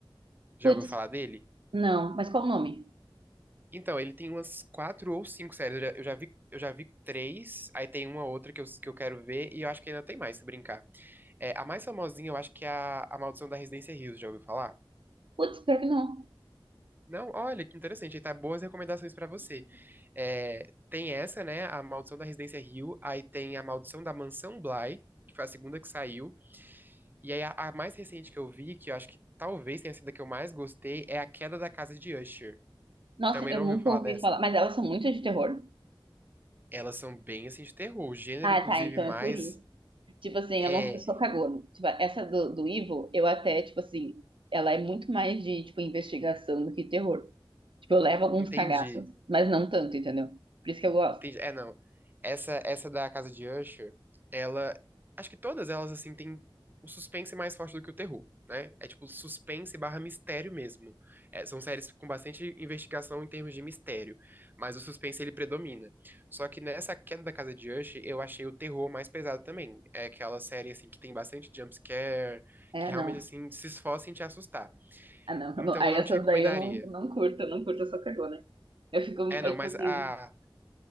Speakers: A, on the right (about 20°); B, on the right (about 70°).
A: Já
B: Putz,
A: ouviu falar dele?
B: não, mas qual o nome?
A: Então, ele tem umas quatro ou cinco séries. Eu já, eu já vi, eu já vi três, aí tem uma outra que eu, que eu quero ver, e eu acho que ainda tem mais, se brincar. É, a mais famosinha, eu acho que é a, a Maldição da Residência Hills, já ouviu falar?
B: Putz, pior que não.
A: Não, olha, que interessante, aí tá boas recomendações pra você. É, tem essa, né, a Maldição da Residência Hill, aí tem a Maldição da Mansão Bly, que foi a segunda que saiu, E aí, a, a mais recente que eu vi, que eu acho que talvez tenha sido a que eu mais gostei, é A Queda da Casa de Usher.
B: Nossa,
A: Também
B: eu
A: não
B: nunca
A: ouviu falar
B: ouvi
A: dessa?
B: falar, mas elas são muito de terror.
A: Elas são bem assim de terror. O gênero,
B: Ah,
A: inclusive,
B: tá, então
A: mais
B: é por isso. Tipo assim,
A: é,
B: eu não eu sou cagona. Tipo, essa do, do Ivo, eu até, tipo assim, ela é muito mais de, tipo, investigação do que terror. Tipo, eu levo alguns
A: entende
B: cagaços, mas não tanto, entendeu? Por isso que eu gosto.
A: Entendi. É, não. Essa, essa da Casa de Usher, ela. Acho que todas elas, assim, tem o suspense é mais forte do que o terror, né? É tipo suspense barra mistério mesmo. É, são séries com bastante investigação em termos de mistério, mas o suspense ele predomina. Só que nessa queda da Casa de Usher, eu achei o terror mais pesado também. É aquela série, assim, que tem bastante jumpscare,
B: É,
A: que realmente,
B: não.
A: assim, se esforça em te assustar.
B: Ah, não. <laughs>
A: Então
B: eu não- Aí
A: eu não
B: essas
A: te recomendaria.
B: daí eu não, não curto, eu não curto, eu sou cagona. Eu fico,
A: É, não,
B: é tipo
A: mas
B: assim,
A: a,